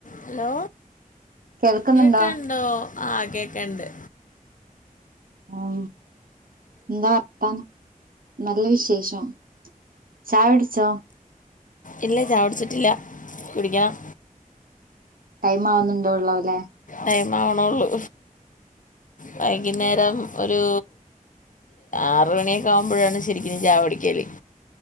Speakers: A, on the left; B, on the right.
A: Hello
B: കേൾക്കുന്നുണ്ടോ
A: കേക്കണ്ടോ ആ കേക്കണ്ട്
B: ആ എന്താ വർത്താനം നല്ല വിശേഷം ചായ കുടിച്ചോ
A: ഇല്ല ചായ കുടിച്ചിട്ടില്ല കുടിക്കണം
B: ടൈം ആവുന്നുണ്ടോ ഉള്ളൂലെ
A: ടൈം ആവണുള്ളൂ വൈകിന്നേരം ഒരു ആറ് മണിയൊക്കെ ആകുമ്പോഴാണ് ശരിക്കലും ചായ കുടിക്കല്